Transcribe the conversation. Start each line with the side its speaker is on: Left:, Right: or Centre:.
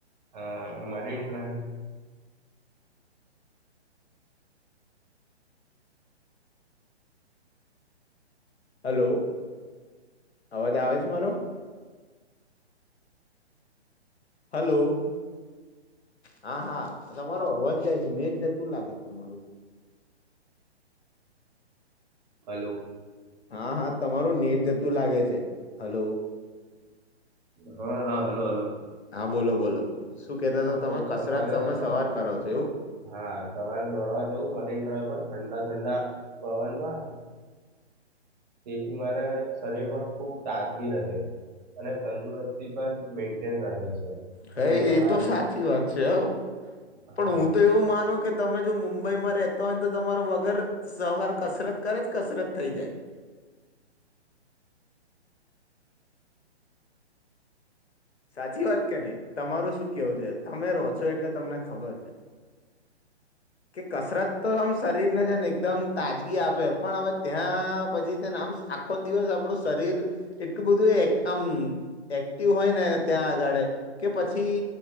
Right: હા મરીન ડ્ર
Left: હલો અવાજ આવે છે મારો હલો હા હા તમારો હોવાજ જાય છે મેંજ ને તું લાગે તમારું
Right: હલો
Left: હા હા તમાર નેટ જતું લાગે છે હલો
Right: હા હા હલોો હલોો
Left: હા બોલો બોલો શું કેતા હતા તમે
Right: તો હું
Left: કસરત
Right: સવારે
Left: તમે
Right: દોડો
Left: સવાર કરો છો એવું
Right: હા તમારે દોડવા જવું મદીન ડ્રાઈ પર ઠંડા ઠંડા પવનમાં તેથી મારા શરીર માં ખુબ તાજગી રહે અને તંદુરસ્તી પણ મેન્ટેન્સ છે
Left: હા
Right: અને સવાર
Left: એતો સાચી વાત છે હ
Right: હા
Left: પણ હું તો એવું માનું કે તમે જો મુંબઈમાં રહેતા તોયને તો તમાર વગર સહકાર કસરત કરે કરત થ જ સાચી વાત કે નહી તમારું શું કેવું છે તમે રો છો એટલે તમને ખબર છે કે કસરત તો આમ શરીરને છે ને એકદમ તાજગી આપે પણ હવે ત્યાં પછીને આમ આખો દિવસ આપણું શરીર એટલું બધું આમ એક્ટિવ હોય ને ત્યાં આગળે કે પછી